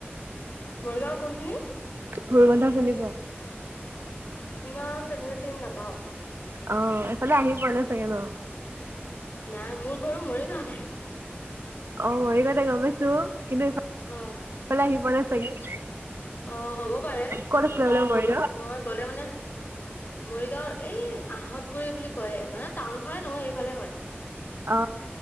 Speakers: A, on the left; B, on the right.
A: মৰিগাঁও কোনখিনি?
B: ভোৰগন্ধা চিনি পোৱা?
A: ইমান তেনেককা চিনি নাপাও।
B: অ' এইফালে আহি পোৱা নাই চাগে ন?
A: নাই, মোৰ ঘৰো মৰিগাঁৱতে।
B: অ' মৰিগাঁওতে গম পাইছো। কিন্তু এইফাল
A: অ
B: আহি পোৱা নাই? <inaudible>
A: অ' হ'ব পাৰে,
B: ক'ত আছিলে বোলে মৰিগাঁও?
A: মই গলে মানে মৰিগাঁওৰ এই আহঁত গুৰি বুলি কয় মানে। টাউন ফালে নহয় এইফালে হয়,
B: অ